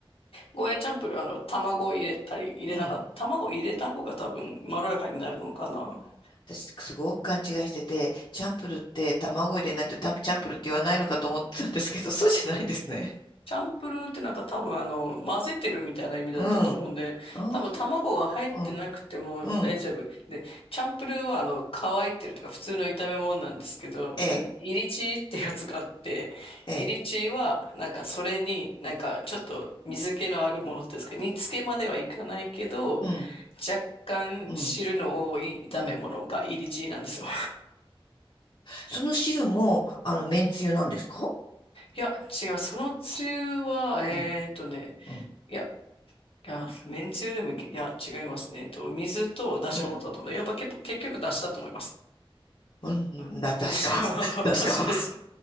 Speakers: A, on the left (about 75°); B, on the left (about 55°).
A: ゴーヤチャンプルー、あの、卵入れたり、入れなかった。
B: うん。
A: 卵入れた方が多分まろやかになるのかな。
B: 私、すごく勘違いしてて、チャンプルって卵入れないとタンチャンプルって言わないのかと思ってたんですけど、そうじゃないんですね。
A: チャンプルーってなんか多分あの、混ぜてるみたいな意味だったと思うんで、
B: うん。あー
A: 多分卵が入ってなくても大丈夫。
B: うん。うん。
A: で、チャンプルーはあの、乾いてるとか普通の炒め物なんですけど、
B: ええ、
A: なんか、イリチーってやつがあって、
B: ええ、
A: イリチーはなんかそれになんかちょっと水気のあるものっていうんですか、煮付けまではいかないけど、
B: うん、
A: 若干汁の多い炒め物がイリチーなんですよ。
B: うん、うん。その汁も、あの、麺つゆなんですか
A: いや、違う。そのつゆは、えーとね、
B: うん、うん、
A: いやいや、めんつゆでもいけ、いや、違いますね。えっと、水と出汁の素だと思うんだやっぱ結構、
B: うん、
A: 結局出汁だと思います。
B: うん、
A: うん出汁の素、
B: だ、確か、<laughs>
A: 出汁です。
B: 確か。